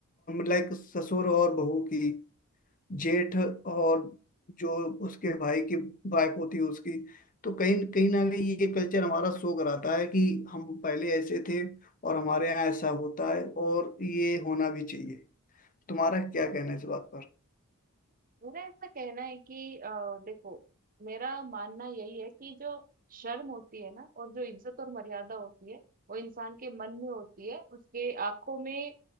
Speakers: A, on the left; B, on the right.
A: लाइक ससुर और बहू की जेठ और जो उसके भाई की वाइफ होती है उसकी तो कहीं कहीं ना कहीं ये कल्चर हमारा शो कराता है कि हम पहले ऐसे थे और हमारे यहाँ ऐसा होता है और ये होना भी चाहिए तुम्हारा क्या कहना है इस बात पर
B: मेरा ऐसा कहना है कि अ, देखो मेरा मानना यही है कि जो शर्म होती है ना और जो इज्जत और मर्यादा होती है वो इंसान के मन में होती है उसके आंखों में